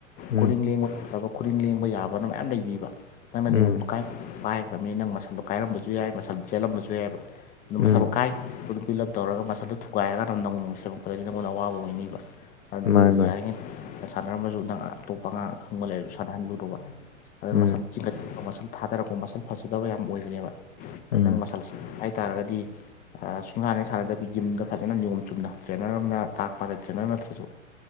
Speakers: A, on the left (about 75°); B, on the left (about 20°).
A: ꯎꯝ ꯎꯝ
B: ꯈꯨꯔꯤꯡ ꯂꯦꯡꯕ ꯌꯥꯕ ꯈꯨꯗꯤꯡ ꯂꯦꯡꯕ ꯌꯥꯕꯅ ꯃꯌꯥꯝ ꯂꯩꯕꯤꯕ ꯅꯪꯅ
A: ꯎꯝ
B: ꯅꯤꯌꯣꯝꯗꯨ ꯀꯥꯏ ꯄꯥꯏꯈ꯭ꯔꯕꯅꯤ ꯅꯪ ꯃꯁꯜꯗꯣ ꯀꯥꯏꯔꯝꯕꯁꯨ ꯌꯥꯏ ꯃꯁꯜꯗꯨ ꯆꯦꯜꯂꯝꯕꯁꯨ ꯌꯥꯏꯕ ꯃꯁꯜ
A: ꯎꯝ
B: ꯀꯥꯏ ꯑꯗꯨ ꯄꯤꯂꯛ ꯇꯧꯔꯒ ꯃꯁꯗꯨ ꯊꯨꯒꯥꯏꯔꯒꯥꯟꯗ ꯅꯪ ꯅꯣꯡ ꯁꯦꯝꯃꯛꯄꯗꯒꯤ ꯅꯪꯉꯣꯟꯗ ꯑꯋꯥꯕ ꯑꯣꯏꯅꯤꯕ ꯑꯗꯨꯗꯨ
A: ꯃꯥꯅꯤ ꯃꯥꯅꯤ
B: ꯌꯥꯔꯤꯉꯩ ꯁꯥꯟꯅꯔꯝꯕꯁꯨ ꯅꯪ ꯑꯇꯣꯞꯄ ꯑꯥꯡ ꯈꯪꯕ ꯂꯩꯔꯁꯨ ꯁꯥꯟꯅꯍꯜꯂꯨꯗꯕ ꯑꯗꯨ
A: ꯎꯝ
B: ꯃꯁꯜ ꯆꯤꯡꯈꯠꯄ ꯃꯁꯜ ꯊꯥꯗꯔꯛꯄ ꯃꯁꯜ ꯐꯖꯗꯕ ꯌꯥꯝ ꯑꯣꯏꯕꯅꯦꯕ
A: ꯎꯝ
B: ꯅꯪ ꯃꯁ ꯍꯥꯏꯇꯥꯔꯒꯗꯤ꯫ ꯑ ꯁꯨꯡꯍꯥꯟꯅꯩ ꯁꯥꯟꯅꯗꯕꯤ ꯖꯤꯝꯗ ꯐꯖꯅ ꯅꯤꯌꯣꯝ ꯆꯨꯝꯅ ꯇ꯭ꯔꯦꯅꯔ ꯑꯃꯅ ꯇꯥꯛꯄ ꯇ꯭ꯔꯦꯅꯔ ꯑꯝ ꯅꯠꯇ꯭ꯔꯁꯨ